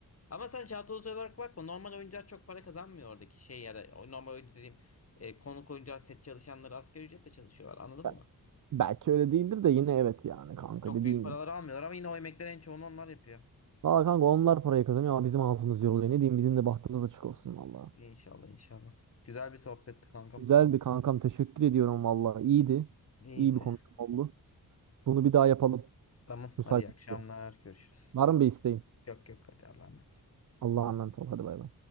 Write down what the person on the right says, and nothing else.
Be- Belki öyle değildir de yine evet yani kanka
dediğin
gibi.
Valla kanka onlar parayı kazanıyor ama bizim ağzımız yoruluyor. Ne diyeyim bizim de bahtımız açık olsun valla.
Güzeldi kankam teşekkür ediyorum valla. İyiydi.
İyi bir konuşma oldu. Bunu bir daha yapalım.
Müsait.
olunca.
Var mı bir isteğin?
Allah'a emanet ol. Hadi bay bay.